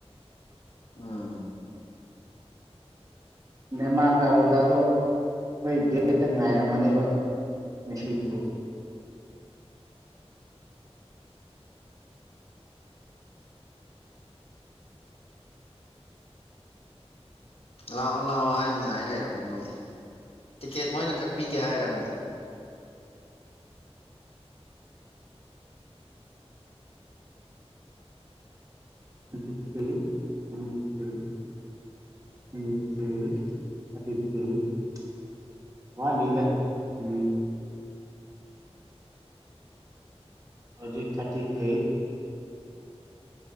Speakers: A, on the left; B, on the right.
A: ꯎꯝ
B: ꯅꯦꯃꯥꯀ ꯔꯣꯂꯥꯗꯣ ꯑꯩꯈꯣꯏ ꯒꯦꯠꯇ ꯉꯥꯏꯔꯝꯒꯅꯦꯕ ꯃꯤꯁꯤꯕꯨ꯫
A: ꯂꯥꯛꯑꯣ-ꯂꯥꯛꯑꯣ ꯍꯥꯏꯅ ꯉꯥꯏ ꯂꯩꯔꯕꯅꯤ ꯃꯣꯏ ꯇꯤꯛꯀꯦꯠ ꯃꯣꯏꯅ ꯀꯛꯄꯤꯒꯦ ꯍꯥꯏꯔꯕꯅꯦ꯫
B: <inaudible> <inaudible> ꯋꯥꯠꯂꯤꯗ ꯃꯤꯅꯤꯠ꯫ ꯍꯧꯖꯤꯛ ꯊꯥꯔꯇꯤ ꯑꯦꯠ